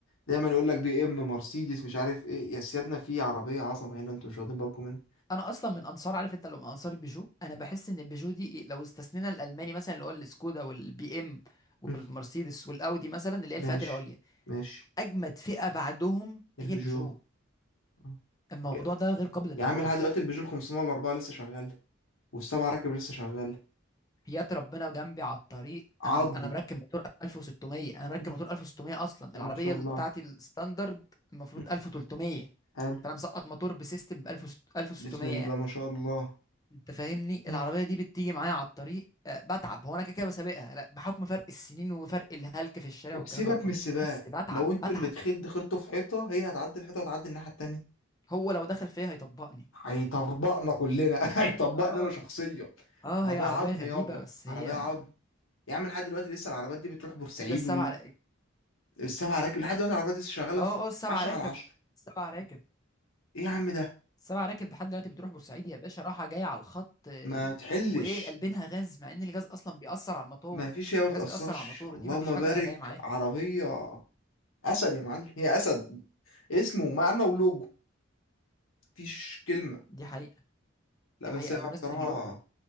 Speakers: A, on the left (about 75°); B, on the left (about 20°).
A: دايما يقول لك بي ام مرسيدس مش عارف ايه يا سيادنا في عربيه عظمه هنا انتوا مش واخدين بالكم منها
B: انا اصلا من انصار عارف انت لو من انصار البيجو انا بحس ان البيجو دي إيه، لو استثنينا الالماني مثلا اللي هو السكودا والبي ام والمرسيدس
A: هم،
B: والاودي مثلا اللي هي
A: ماشي
B: الفئات العليا
A: ماشي
B: اجمد فئه بعدهم
A: البيجو
B: هي البيجو
A: آه.
B: الموضوع
A: يا
B: ده غير قابل للنقاش
A: يا عم لحد دلوقتي البيجو ال 504 لسه شغال والسبعه راكب لسه شغال
B: حياة ربنا جنبي على الطريق
A: عظم
B: انا انا مركب موتور 1600 انا
A: هم،
B: مركب موتور 1600 اصلا العربيه
A: ما شاء الله
B: بتاعتي الستاندرد المفروض
A: هم،
B: 1300
A: حلو
B: فانا مسقط موتور بسيستم 1000 1600
A: بسم الله
B: يعني
A: ما شاء الله
B: انت فاهمني
A: هم.
B: العربيه دي بتيجي معايا على الطريق آه، بتعب هو انا كده كده بسابقها لا بحكم فرق السنين وفرق الهلك في الشارع
A: وبسيبك
B: والكلام ده كله
A: من السباق
B: بس بتعب
A: لو انتوا
B: بتعب
A: اللي دخلتوا دخلتوا في حيطه هي هتعدي الحيطه وتعدي الناحيه التانيه
B: هو لو دخل فيا هيطبقني
A: هيطبقنا كلنا <laughs> هيطبقنا
B: اه
A: انا شخصيا
B: اه
A: عربيه
B: هي عربيه
A: عظم
B: غريبه
A: يابا
B: بس هي
A: عربيه عظم يا عم لحد دلوقتي لسه العربيات دي بتروح بورسعيد
B: الا السبعه راكب
A: والسبع راكب لحد دلوقتي العربيات دي لسه شغاله
B: اه
A: في
B: اه السبعه
A: 10
B: راكب
A: على 10
B: السبعه راكب
A: ايه يا عم ده
B: سبع راكب لحد دلوقتي بتروح بورسعيد يا باشا راحة جاية على الخط آه،
A: ما تحلش
B: وإيه قلبينها غاز مع إن الغاز أصلا بيأثر على الموتور
A: ما فيش هي ما بتاثرش
B: الغاز بيأثر على الموتور
A: اللهم
B: دي مفيش حاجة
A: بارك
B: جاية معاه
A: عربيه اسد يا معلم هي اسد اسم ومعنى ولوجو مفيش كلمه
B: دي حقيقة
A: لا
B: دي
A: بس
B: حقيقة
A: هي
B: بمناسبة
A: بصراحه
B: اللوجو